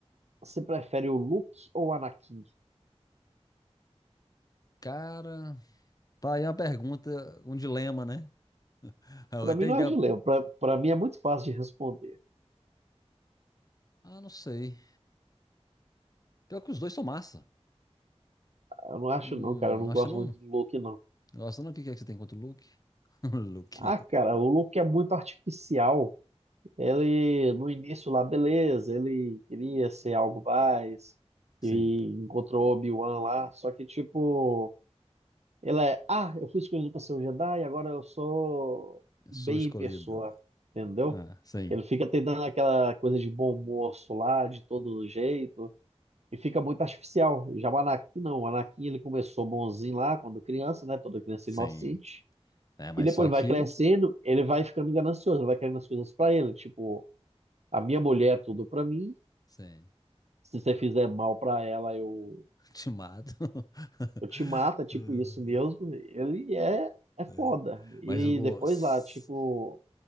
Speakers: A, on the right; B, on the left.
A: você prefere o Luke ou o Anakin?
B: Cara, tá aí uma pergunta, um dilema, né? <laughs> Eu
A: Pra mim
B: tenho
A: não
B: que...
A: é dilema. Pra, pra mim é muito fácil de responder.
B: Ah, não sei. Pior que os dois são massa.
A: Eu não acho
B: Hum,
A: não, cara. Eu não
B: acho
A: gosto
B: que não.
A: muito do Luke, não.
B: Nossa, não, o que que é que você tem contra o Luke? <laughs> O Luke.
A: Ah, cara, o Luke é muito artificial. Ele, no início lá, beleza, ele queria ser algo mais
B: Sim,
A: e encontrou Obi-Wan lá. Só que, tipo, Ela é, ah, eu fui escolhido para ser um Jedi, agora eu sou bem
B: sou escolhido.
A: em pessoa, entendeu?
B: Ah, sim,
A: Ele fica tentando aquela coisa de bom moço lá, de todo jeito, e fica muito artificial. Já o Anakin, não. O Anakin, ele começou bonzinho lá, quando criança, né? Toda criança
B: sim.
A: inocente.
B: É, mas
A: E depois
B: só que.
A: vai crescendo, ele vai ficando ganancioso, vai querendo as coisas para ele. Tipo, a minha mulher é tudo para mim,
B: Sim,
A: se você fizer mal para ela, eu
B: <laughs> te mato. <laughs>
A: Eu te mata, tipo,
B: Ah,
A: isso mesmo, ele é, é foda.
B: ah,
A: E
B: Mas o.
A: depois
B: s-
A: lá, tipo,